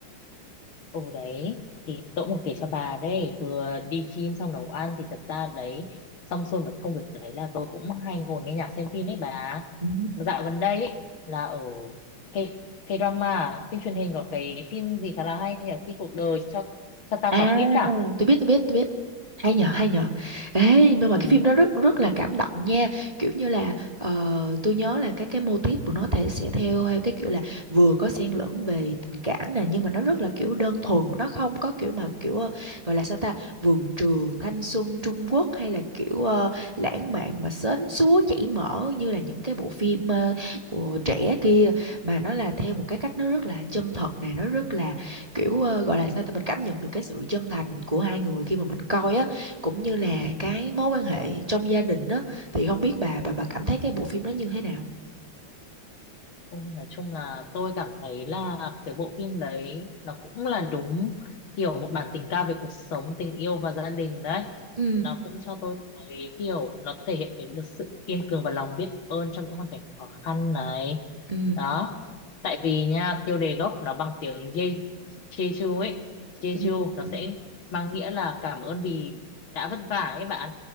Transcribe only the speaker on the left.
Ồ đấy thì tôi cũng có kể cho bà đấy vừa đi gym xong nấu ăn thì thật ra đấy xong xuôi một công việc đấy là tôi cũng hay ngồi nghe nhạc xem phim đấy bà
mà dạo gần đây ấy, là ở K, K-drama phim truyền hình có cái phim gì khá là hay nhỉ khi cuộc đời cho cho ta
quả quýt à
hay
nhỉ
Ôi, nói chung là tôi cảm thấy là cái bộ phim đấy nó cũng là đúng kiểu một bản tình ca về cuộc sống, tình yêu và gia đình đấy.
Nó cũng cho tôi thấy kiểu nó thể hiện cái được sự kiên cường và lòng biết ơn trong những hoàn cảnh khó khăn này.
Đó. Tại vì nha, tiêu đề gốc nó bằng tiếng Je- Jeju ấy. Jeju
nó
sẽ mang nghĩa là cảm ơn vì đã vất vả ấy bạn.